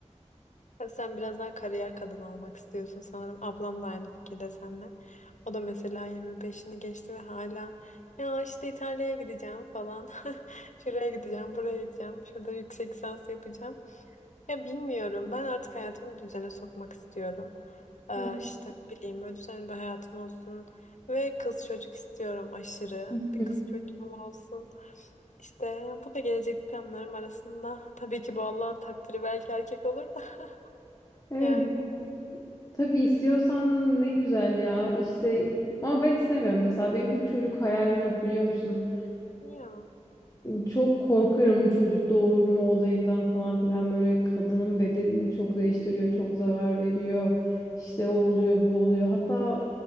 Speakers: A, on the left (about 75°); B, on the left (about 30°).
A: Ya Sen biraz daha kariyer kadını olmak istiyorsun sanırım. Ablam da aynı fikirde seninle. O da mesela 25'ini geçti ve hala ya işte İtalya'ya gideceğim falan. <laughs> Şuraya gideceğim, buraya gideceğim. Şurada yüksek lisans yapacağım. Ya bilmiyorum. Ben artık hayatımı düzene sokmak istiyorum. Ee,
B: Hı.
A: işte ne bileyim böyle düzenli bir hayatım olsun. Ve kız çocuk istiyorum aşırı.
B: <laughs>
A: Bir kız çocuğum olsun. İşte bu da gelecek planlarım arasında. Tabii ki bu Allah'ın takdiri belki erkek olur da. <laughs>
B: Evet,
A: Yani
B: tabii istiyorsan ne güzel ya. işte ama ben istemiyorum mesela benim hiç çocuk hayalim yok biliyor musun?
A: ya
B: Çok korkarım çocuk doğurma olayından falan filan böyle kadının bedenini çok değiştiriyor, çok zarar veriyor. İşte o oluyor, bu oluyor. Hatta